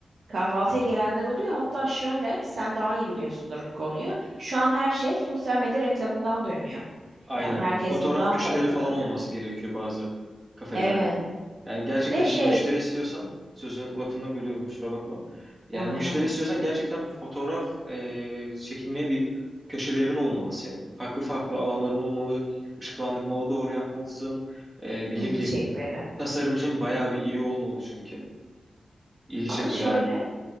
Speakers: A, on the right; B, on the right.
A: Kahvaltıya gelenler oluyor. Hatta şöyle, sen daha iyi biliyorsundur bu konuyu. Şu an her şey sosyal medya reklamından dönüyor.
B: Aynen.
A: Yani herkes
B: Fotoğraf
A: bundan
B: köşeleri
A: para kazanıyor.
B: falan olması gerekiyor bazı kafelerde.
A: Evet.
B: Yani gerçekten
A: Bir de şey,
B: bir müşteri istiyorsan, sözün lafını bölüyorum kusura bakma. Yani
A: hayır
B: müşteri
A: hayır,
B: istiyorsan gerçekten fotoğraf e, çekilmeye bir köşelerin olmalı senin. Farklı farklı alanların olmalı, ışıklandırmalı doğru yapmalısın. E, bir
A: ilgi
B: ne bileyim,
A: çekmeli.
B: tasarımcın bayağı bir iyi olmalı çünkü. İlgi
A: Ama
B: çekmeli
A: şöyle,
B: aynen.